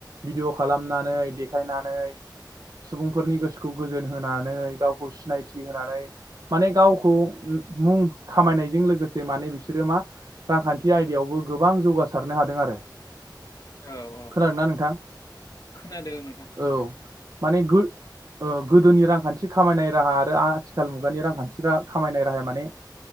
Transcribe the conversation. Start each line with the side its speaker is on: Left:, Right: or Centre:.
Right: भिदिअ खालामनानै, देखायनानै सुबुंफोरनि गोसोखौ गोजोन होनानै, गावखौ सिनायथि होनानै माने गावखौ मुं खामायनायजों लोगोसे माने बिसोरो मा रांखान्थि आयदायावबो गोबां जौगासारनो हादों। आरो।
Left: औ औ
Right: खोनादों
Left: औ
Right: ना नोंथां?
Left: खोनादों नोंथां खोनादों।
Right: औ <inaudible> गोदोनि रांखान्थि खामायनाय राहा आरो आथिखाल मुगानि रांखान्थि खामायनाय राहाया माने